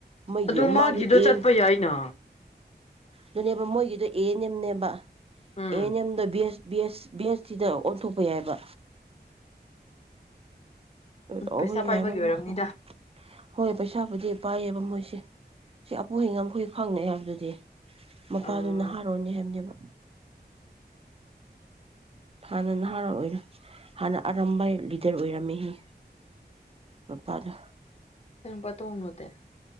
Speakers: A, on the right (about 35°); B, on the left (about 35°).
A: ꯃꯣꯏꯒꯤ
B: ꯑꯗꯨ ꯃꯥꯒꯤꯗꯣ
A: ꯃꯥꯗꯨ ꯑꯦꯟ
B: ꯆꯠꯄ ꯌꯥꯏꯅ
A: ꯑꯗꯨꯅꯦꯕ ꯃꯣꯏꯒꯤꯗꯣ ꯑꯦꯟꯦꯝꯅꯦꯕ
B: ꯎꯝ
A: ꯑꯦꯟꯦꯝꯗ ꯁ ꯕꯤ ꯕꯤ ꯑꯦꯁ ꯇꯤꯗ ꯑꯣꯟꯊꯣꯛꯄ ꯌꯥꯏꯕ ꯍꯥꯏ
B: ꯄꯩꯁꯥ ꯄꯥꯏꯕꯒꯤ ꯑꯣꯏꯔꯝꯅꯤꯗ
A: ꯍꯣꯏ ꯏꯁꯥꯕꯨꯗꯤ ꯄꯥꯏꯌꯦꯕ ꯃꯣꯏꯁꯦ ꯁꯤ ꯑꯄꯣꯍꯩꯉ ꯑꯩꯈꯣꯏ ꯈꯪꯅꯩ ꯍꯥꯏꯕꯗꯨꯗꯤ ꯃꯄꯥꯗꯨ
B: ꯎꯝ
A: ꯅꯍꯥꯔꯣꯟꯅꯦ ꯍꯥꯏꯕꯅꯦꯕ꯫ ꯍꯥꯟꯅ ꯅꯍꯥꯔꯣꯜ ꯑꯣꯏꯔ ꯍꯥꯟꯅ ꯑꯔꯝꯕꯥꯏ ꯂꯤꯗꯔ ꯑꯣꯏꯔꯝꯑꯦ꯫ ꯎꯝ ꯀꯄꯔ
B: ꯍꯄ ꯇꯧꯅꯗꯦ